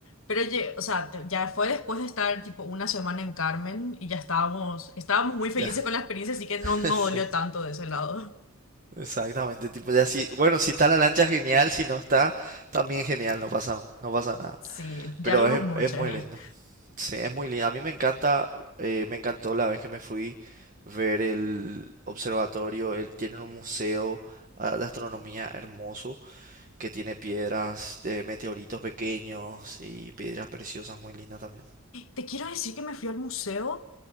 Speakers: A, on the left; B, on the right.
A: pero lle- o sea, te- ya fue después de estar tipo una semana en Carmen y ya estábamos, estábamos muy felices
B: Ya,
A: con la experiencia, así que no,
B: <laughs>
A: no
B: sí.
A: dolió tanto de ese lado.
B: Exactamente, tipo ya si, bueno, si está la lancha genial, si no está, también genial, no pasa, no pasa nada.
A: Sí, ya
B: Pero
A: vimos
B: es,
A: muchas
B: es muy
A: ahí.
B: lindo. Sí, es muy lindo. A mí me encanta, eh, me encantó la vez que me fui ver el observatorio. Él tiene un museo ah, de astronomía hermoso que tiene piedras de meteoritos pequeños y piedras preciosas muy lindas también.
A: Te quiero decir que me fui al museo,